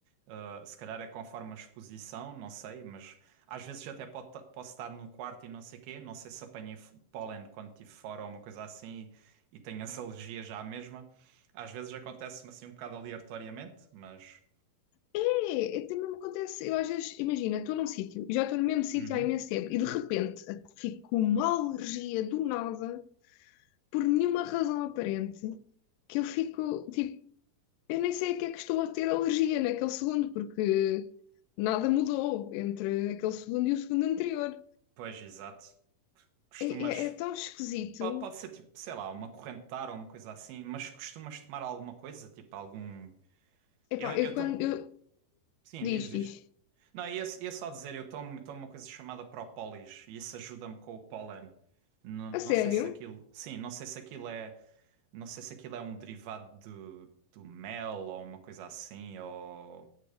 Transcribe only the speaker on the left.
É, é, também me acontece, eu às vezes, imagina, estou num sítio, e já estou no mesmo sítio
há imenso tempo, e de repente eh, fico com uma alergia do nada, por nenhuma razão aparente, que eu fico, tipo, Eu nem sei a que é que estou a ter alergia naquele segundo, porque nada mudou entre aquele segundo e o segundo anterior.
É, é- é tão esquisito.
Epá,
eu quando.
Eu,
diz,
diz.
A sério?